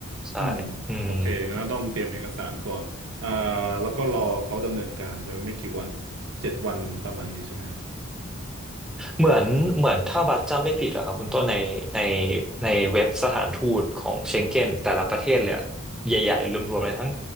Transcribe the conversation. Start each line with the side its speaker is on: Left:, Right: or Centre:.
Centre: ใช่อืม
Right: อืมโอเคงั้นก็ต้องเตรียมเอกสารก่อนอ่าแล้วก็รอเขาดำเนินการใช่ไหมไม่กี่วันเจ็ดวันประมาณนี้ใช่ไหมครับ
Centre: เหมือนเหมือนถ้าบัตรจำไม่ผิดอะครับคุณต้นในในในเว็บสถานทูตของเชงเก้นแต่ละประเทศเลยอะใหญ่ๆรวมๆเลยทั้ง